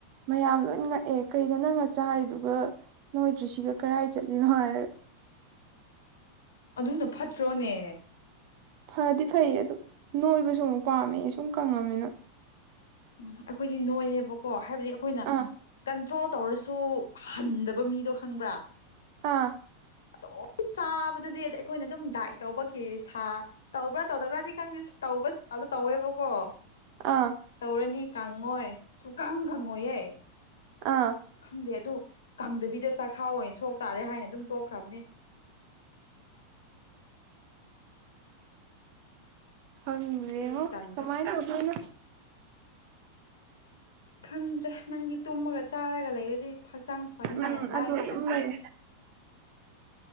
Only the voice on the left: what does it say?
ꯑꯗꯨꯅ ꯐꯠꯇ꯭ꯔꯣꯅꯦ
ꯎꯝ ꯑꯩꯈꯣꯏꯗꯤ ꯅꯣꯏꯌꯦꯕꯀꯣ ꯍꯥꯏꯕꯗꯤ ꯑꯈꯣꯏꯅ
ꯀꯟꯇ꯭ꯔꯣꯜ ꯇꯧꯔꯁꯨ ꯍꯟꯗꯕ ꯃꯤꯗꯣ ꯈꯪꯕ꯭ꯔꯥ
ꯑꯗꯣ ꯆꯥꯕꯗꯨꯗꯤ ꯑꯗ ꯑꯩꯈꯣꯏꯅ ꯑꯗꯨꯝ ꯗꯥꯏꯠ ꯇꯧꯕꯒꯤ ꯁꯥ ꯇꯧꯕ꯭ꯔꯥ ꯇꯧꯗꯕ꯭ꯔꯗꯤ ꯈꯪꯗꯦ ꯇꯧꯕ ꯁꯗ ꯇꯧꯋꯦꯕꯀꯣ
ꯇꯧꯔꯅꯤ ꯀꯪꯉꯣꯏ ꯁꯨꯀꯪ ꯀꯪꯉꯣꯏꯌꯦ
ꯈꯪꯗꯦ ꯑꯗꯨ ꯀꯪꯗꯕꯤ ꯆꯈꯥꯎ ꯑꯣꯏꯅ ꯁꯣꯛ ꯇꯥꯔꯦ ꯍꯥꯏꯅ ꯑꯗꯨꯝ ꯇꯣꯛꯈ꯭ꯔꯝꯅꯦ
ꯑꯗꯨꯒꯤ ꯇꯟꯕ
ꯈꯪꯗ꯭ꯔꯦ ꯅꯪꯗꯤ ꯇꯨꯝꯃꯒ ꯆꯥꯔꯒ ꯂꯩꯔꯗꯤ ꯐꯆꯥꯡ ꯐꯅꯤꯉꯥꯏ
ꯌꯥꯝ ꯂꯥꯏꯈ꯭ꯔꯦꯗ